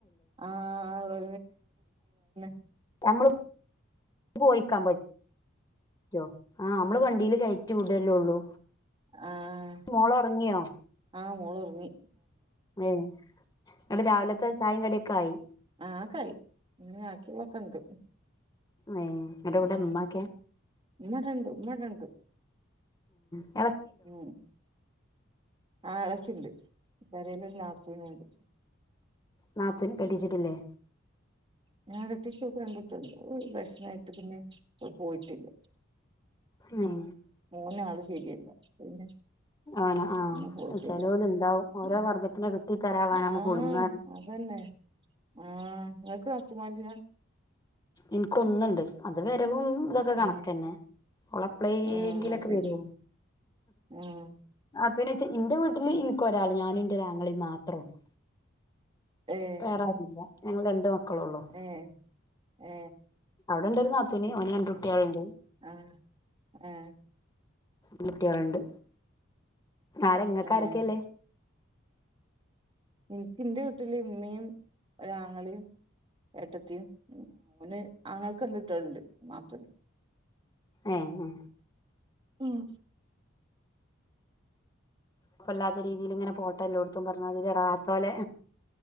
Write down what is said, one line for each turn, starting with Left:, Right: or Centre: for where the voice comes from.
Right: ആഹ് <unintelligible>
Left: ഞമ്മള് പോയിക്കാൻ പ റ്റോ? ആഹ് അമ്മള് വണ്ടീല് കയറ്റി വിടല്ലേ ഉള്ളൂ.
Right: ആഹ്
Left: മോളോറങ്ങിയോ?
Right: ആഹ്. മോളൊറങ്ങി
Left: ഏയ് ഇങ്ങടെ രാവിലത്തെ ചായേം കടിയൊക്കെ ആയി
Right: അഹ് അതൊക്കായി. ഇങ്ങനെ ആക്കിതൊക്കണ്ട്
Left: ആഹ് ഇങ്ങട്ട് ഏഹ് ഇവിടെ
Right: ഉം
Left: ഉമ്മാക്കെ
Right: ഉമ്മവടെണ്ട്. ഉമ്മവടേണ്ട്.
Left: ആഹ്
Right: ഉം ആഹ് അതൊക്കെണ്ട്. പെരേല് ഒര് നാത്തൂന്ണ്ട്
Left: നാത്തൂൻ കെട്ടിച്ചിട്ടില്ലേ?
Right: <unintelligible> ഷൂട്ട് കണ്ടിട്ടുണ്ട് പ്രശ്നായിട്ട് പിന്നെ അവൾ പോയിട്ടില്ല
Left: ഉം
Right: ഓൻ ആള് ശെരിയല്ല പിന്നെ
Left: ആണോ അഹ്
Right: അങ്ങനെ പോയിട്ടില്ല
Left: ചെലോല് ഇണ്ടാവും ഓരോ
Right: ഉം
Left: വർഗത്തിനെ കിട്ടി തരവാനാണ്
Right: ആഹ്
Left: കൂടുങ്ങ
Right: അതന്നെ അഹ് നിങ്ങക്ക് നാത്തൂന്മാരില്ല
Left: ഇൻക്കൊന്നുണ്ട് അത് വരവും ഇത തൊക്കെ കണക്കന്നെ
Right: ഉം
Left: ഉളപ്പ്ളങ്കിലൊക്കെ
Right: ആഹ് അത് ശരി
Left: വരു
Right: ആഹ്
Left: അതിന്ശോ ന്റെ വീട്ടില് ഇൻക്ക് ഒരാൾ ഞാനും എന്റെ ഒരാങ്ങളെ മാത്രേ ഉള്ളൂ
Right: ഏഹ്
Left: വേറെ ആരുല്ല ഞങ്ങൾ രണ്ട് മക്കള ഉള്ളു
Right: ഏ ഏ
Left: അവിടെ ഉണ്ടായിരുന്ന നത്തുന് ഓന് രണ്ട് കുട്ടികളുണ്ട്
Right: അഹ് ഏ
Left: കുട്ടിളുണ്ട് ആരെ ഇങ്ങക്കാരൊക്കെല്ലേ
Right: ഏഹ് എനിക്ക് എന്റെ വീട്ടില് ഇമ്മയും ഒരാങ്ങളെയും ഏട്ടത്തിയും ഓൻ ആങ്ങൾ രണ്ട് കുട്ടികളുണ്ട് <unintelligible>
Left: ഏഹ്
Right: ഉം
Left: പ്പല്ലാത്ത രീതിയിലിങ്ങനെ പോട്ടല്ലോടുത്തും പറഞ്ഞമാതിരി റാഹത്തോലേ